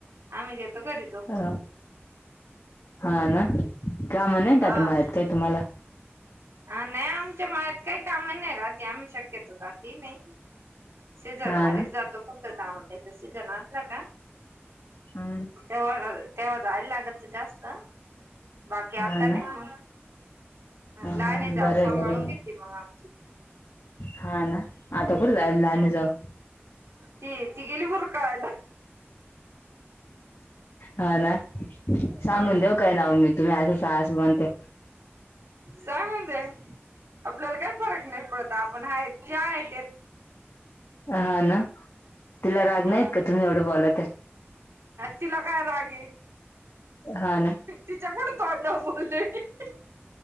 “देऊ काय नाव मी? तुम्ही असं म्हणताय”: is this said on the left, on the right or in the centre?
Left